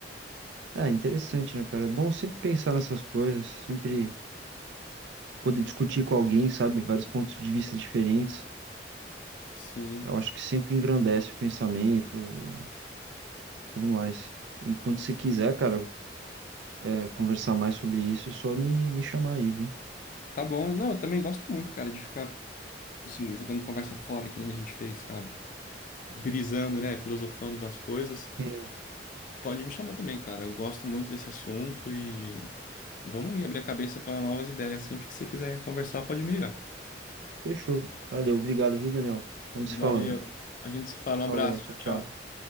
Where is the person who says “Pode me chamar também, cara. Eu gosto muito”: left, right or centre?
Left